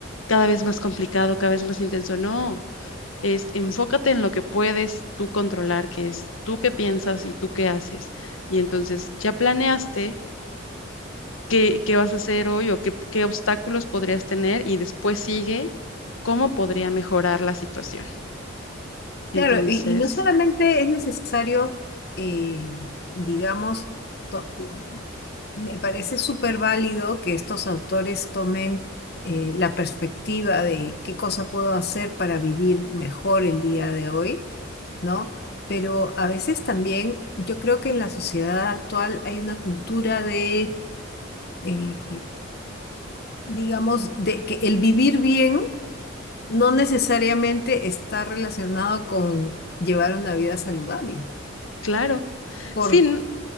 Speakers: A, on the left; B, on the left.
A: cada vez más complicado, cada vez más intenso. No, es enfócate en lo que puedes tú controlar, que es tú qué piensas y tú qué haces. Y entonces ya planeaste qué, qué vas a hacer hoy o qué, qué obstáculos podrías tener y después sigue cómo podría mejorar la situación. Entonces,
B: Claro, y, y no solamente es necesario, eh, digamos, to- Me parece súper válido que estos autores tomen eh, la perspectiva de qué cosa puedo hacer para vivir mejor el día de hoy, ¿no? Pero a veces también yo creo que en la sociedad actual hay una cultura de, eh, digamos, de que el vivir bien no necesariamente está relacionado con llevar una vida saludable
A: claro,
B: por,
A: sí, n-